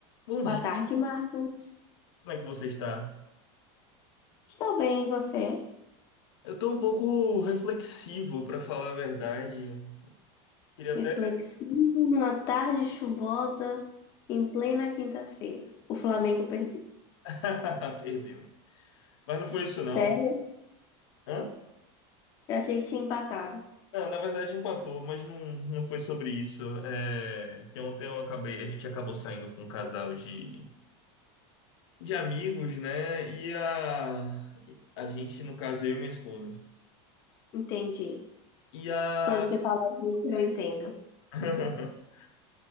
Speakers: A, on the left (about 75°); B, on the left (about 25°).
A: Bom
B: Boa
A: dia,
B: tarde, Marcos.
A: como é que você está?
B: Estou bem, e você?
A: Eu tô um pouco reflexivo, para falar a verdade. Queria até.
B: Reflexivo numa tarde chuvosa em plena quinta-feira. O Flamengo perdeu.
A: <laughs> Perdeu. Mas não foi isso, não.
B: Sério?
A: Hã?
B: Eu achei que tinha empatado.
A: Não, na verdade empatou, mas não, não foi sobre isso. É, que ontem eu acabei, a gente acabou saindo com um casal de, de amigos, né? E a, a gente, no caso, eu e minha esposa.
B: Entendi.
A: E a.
B: Quando você fala gente, eu entendo.
A: <laughs>